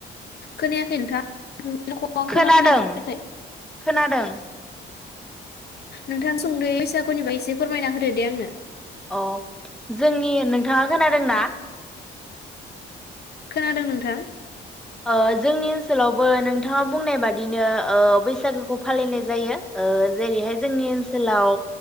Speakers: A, on the left; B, in the centre.
A: खोनायाखै नोंथां। रावखौ आं
B: खोनादों
A: खोनाफैनाय जायाखै
B: खोनादों।
A: नोंथां सुंदयै बैसागुनिबागै एसे फोरमायना होदो दे आंनो।
B: अ जोंनि नोंथाङा खोनादोंना?
A: खोनादों नोंथां?
B: ओ जोंनि ओनसोलावबो नोंथाङा बुंनाय बादिनो ओ बैसागोखौ फालिनाय जायो ओ जेरैहाय जोंनि ओसोलाव